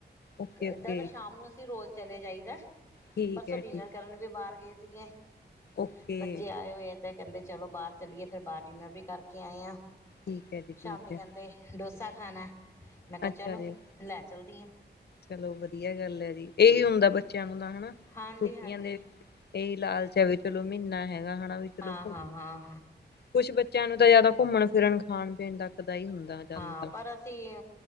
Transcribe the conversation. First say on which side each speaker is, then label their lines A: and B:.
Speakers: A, on the left; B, on the left.
A: ਓਕੇ ਓਕੇ
B: ਏਦਾਂ ਤਾਂ ਸ਼ਾਮ ਨੂੰ ਅਸੀ ਰੋਜ਼ ਚਲੇ ਜਾਈਦਾ
A: ਠੀਕ
B: ਪਰਸੋ
A: ਹੈ
B: ਡਿਨਰ
A: ਠੀਕ
B: ਕਰਨ ਵੀ ਬਾਹਰ ਗਏ ਸੀਗੇ।
A: ਓਕੇ
B: ਬੱਚੇ ਆਏ ਹੋਏ ਆ ਤੇ ਕਹਿੰਦੇ ਚਲੋ ਬਾਹਰ ਚਲੀਏ ਫੇਰ ਬਾਹਰ ਡਿਨਰ ਵੀ ਕਰਕੇ ਆਏ ਆਂ।
A: ਠੀਕ ਹੈ ਜੀ ਠੀਕ
B: ਸ਼ਾਮੀ
A: ਹੈ
B: ਕਹਿੰਦੇ ਡੋਸਾ ਖਾਨਾ ਐ ਮੈਂ ਕਿਹਾ
A: ਅੱਛਾ
B: ਚਲੋ
A: ਜੀ
B: ਲੈ ਚਲਦੀ। ਹਾਂ
A: ਚਲੋ ਵਧੀਆ ਗੱਲ ਐ ਜੀ, ਇਹੀ ਹੁੰਦਾ ਬੱਚਿਆਂ ਨੂੰ ਤਾਂ ਹਾ
B: ਹਾਂਜੀ
A: ਛੁੱਟੀਆਂ
B: ਹਾਂਜੀ
A: ਦੇ ਇਹੀ ਲਾਲਚਾ ਵੀ ਚਲੋ ਮਹੀਨਾ ਹੈਗਾ ਹਨਾ ਵੀ ਚਲੋ
B: ਹਾਂ ਹਾਂ ਹਾਂ
A: ਕੁਛ ਬੱਚਿਆਂ ਨੂੰ ਤਾਂ ਜ਼ਿਆਦਾ ਘੁੰਮਣ- ਫਿਰਨ ਖਾਣ- ਪੀਣ ਤੱਕ ਦਾ ਹੀ ਹੁੰਦਾ। ਜ਼ਿਆਦਾ
B: ਹਾਂ
A: ਤਾਂ
B: ਪਰ ਅਸੀਂ